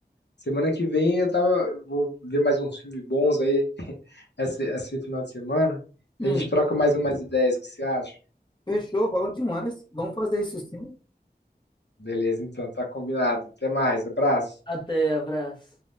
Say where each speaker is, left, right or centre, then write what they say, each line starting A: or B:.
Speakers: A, on the left; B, on the left.
A: Semana que vem eu tava, vou ver mais uns filmes bons aí, <laughs> esse, esse final de semana.
B: Hum,
A: A gente troca mais umas ideias, o que você acha?
B: Fechou, rola demais. Vamos fazer isso sim.
A: Beleza, então, tá combinado. Até mais, abraço.
B: até, abraço.